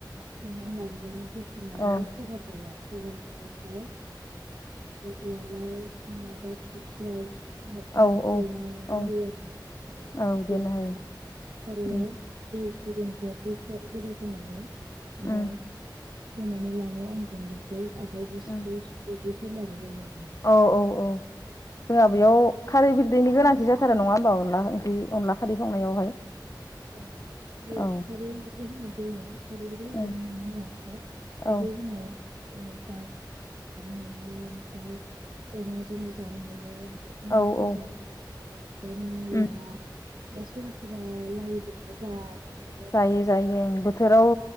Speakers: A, on the right (about 70°); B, on the left (about 40°).
A: सनानै लाग्रबानो दखनानै
B: औ
A: सगार जाया सगारबथाय ओमफ्राय उवालाव माबा थोरसियाव <unintelligible>
B: औ औ
A: देनानै
B: औ
A: जायो आरो ना
B: औ देनो
A: देनानै
B: हायो
A: सारायाव
B: उम
A: दै गुदुं ग्ल ग्ल गोदौ होनानै ओमफ्राय
B: उम
A: फोननानै लानाय अन गुनदैखौ आखाइजों <unintelligible> सिफै
B: उम
A: बेखौ लानाय जायो आरो।
B: औ औ औ जोंहा बेयाव खारै बिरदैनि गोनां थि जाथारा नङा होनबा अनला ओंख्रि अनला खारै संनायावहाय
A: औ जेरैबादि
B: औ
A: होननाय
B: उम
A: जायो।
B: औ
A: <unintelligible> <unintelligible> हायो ओमफ्राय जोंनो जानो हायो। ना
B: औ
A: फोरजोंबो
B: औ
A: जानो हायो‌ ओमफाय मुला
B: उम
A: बा सोरबा सोरबा <unintelligible> आरोना
B: जायै जायै बोथोराव